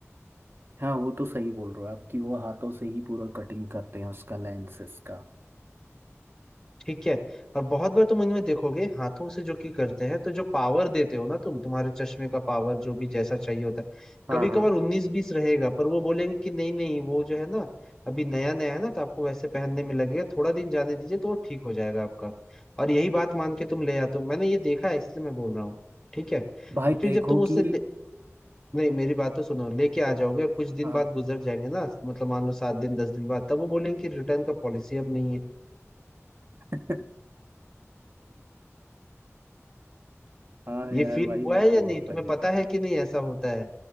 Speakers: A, on the right (about 45°); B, on the left (about 15°).
A: हाँ वो तो सही बोल रहे हो आप कि वो हाथों से ही पूरा कटिंग करते हैं उसका लेंसेस का
B: ठीक है और बहुत बार तुम इनमें देखोगे हाथों से जो की करते हैं तो जो पावर देते हो ना तुम तुम्हारे चश्मे का पावर जो भी जैसा चाहिए होता है
A: हाँ
B: कभी
A: हाँ
B: कभार उन्नीस बीस रहेगा पर वो बोलेंगे कि नहीं नहीं वो जो है ना अभी नया नया है ना तो आपको वैसे पहनने में लगेगा थोड़ा दिन जाने दीजिए तो वो ठीक हो जाएगा आपका और यही बात मान के तुम ले आते हो मैंने ये देखा है इसलिए मैं बोल रहा हूँ ठीक है
A: भाई
B: और फिर
A: देखो
B: जब तुम उससे
A: कि
B: ले... नहीं मेरी बात तो सुनो लेके आ जाओगे और कुछ दिन
A: हाँ
B: बाद गुजर जाएंगे ना मतलब मान लो सात दिन दस दिन बाद तब वो बोलेंगे कि रिटर्न का पॉलिसी अब नहीं है
A: <laughs> हाँ
B: ये
A: यार
B: फील
A: भाई
B: हुआ
A: वो
B: है
A: तो
B: या नहीं
A: होता
B: तुम्हें
A: ही
B: पता
A: है।
B: है कि नहीं ऐसा होता है